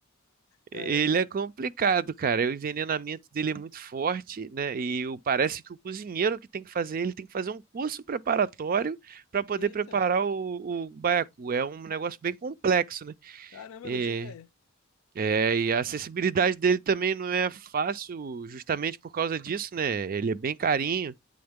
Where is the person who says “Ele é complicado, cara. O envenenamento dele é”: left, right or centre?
Right